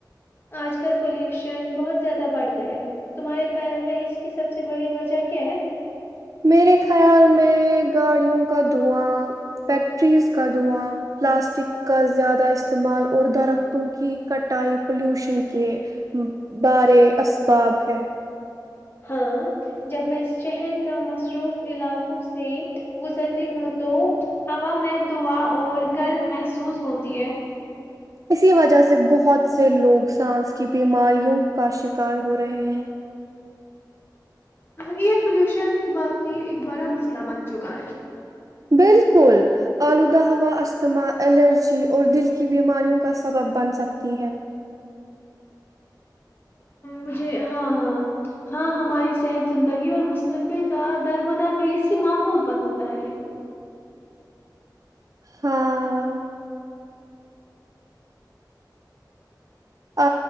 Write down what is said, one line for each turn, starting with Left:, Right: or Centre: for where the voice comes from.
Left: آج کل پولوشن بہت زیادہ بڑھ گیا ہے تمہارے خیال میں اس کی سب سے بڑی وجہ کیا ہے
Right: میرے خیال میں گاڑیوں کا دھواں فیکٹریز کا دھواں پلاسٹک کا زیادہ استعمال اور درختوں کی کٹائی پلیوشن کے بارے اسباب ہے
Left: ہاں جب میں شہر کا مصروف علاقوں سے گزرتی ہوں تو ہوا میں دعا اور گرد محسوس ہوتی ہے
Right: اسی وجہ سے بہت سے لوگ سانس کی بیماریوں کا شکار ہو رہے ہیں
Left: ایئر پولوشن واقع ایک بڑا مسئلہ بن چکا ہے
Right: بالکل آلودہ ہوا اجتھما الرجی اور دل کی بیماریوں کا سبب بن سکتی ہے
Left: مجھے ہاں ہاں ہاں ہماری صحت زندگی اور مستقبل کا درمدار بھی اسی ماحول پر ہوتا ہے لیکن
Right: ہاں آ